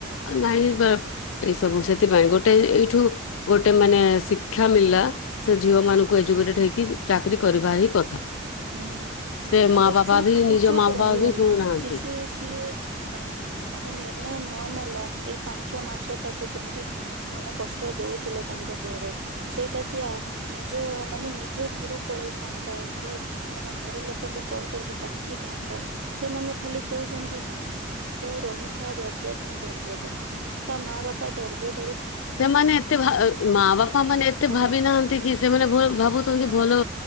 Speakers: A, on the left; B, on the right.
A: ଆ ନାଇଁ ଏଇ ସବୁ ସେଥିପାଇଁ ଗୋଟେ ଏଇଠୁ ଗୋଟେ ମାନେ ଶିକ୍ଷା ମଳିଲା ସେ ଝିଅ ମାନଙ୍କୁ ଏଯୁକେଟେଡ଼ ହେଇକି କି ଚାକିରୀ କରିବାର ହିଁ କଥା
B: ହୁଁ
A: ସେ
B: ମାନେ
A: ମା ବାପା
B: ଚୁପ୍
A: ବି
B: ସେ
A: ନିଜ
B: ଚୁପ
A: ମା ବାପା
B: ରହିଗଲା
A: ବି ଶୁଣୁନାହାନ୍ତି।
B: କିଛି ସିଏ ଅ ମାନେ ନିର୍ଣ୍ଣୟ ନ ନେଲା ଏଇ ପାଞ୍ଚ ମାସ ତାକୁ କେମିତି ମାନେ କଷ୍ଟ ଦଉଥିଲେ ତାଙ୍କ ଘରେ ସେଇଟା ସି ନିଜ ମାନେ ନି ଯିଏ ଘରୁ ପଳେଇଥାନ୍ତା କି ମାନେ ଘର ଲୋକଙ୍କୁ କଲ କରିକି ଡାକିଥାନ୍ତା ସେମାନେ ଖାଲି କହୁଛନ୍ତି ନା ତୁ ରହିଥା ଧର୍ଯ୍ୟ ଧର ଧର୍ଯ୍ୟ ଧର ତା ମା ବାପା ଧର୍ଯ୍ୟ
A: ସେମାନେ ଏତେ ଭା ମା ବାପା ମାନେ ଏତେ
B: ପଳେଇଲା
A: ଭାବିନାହାନ୍ତି କି ସେମାନେ ଭୁଲ ଭାବୁ ଆଛନ୍ତି ଭଲ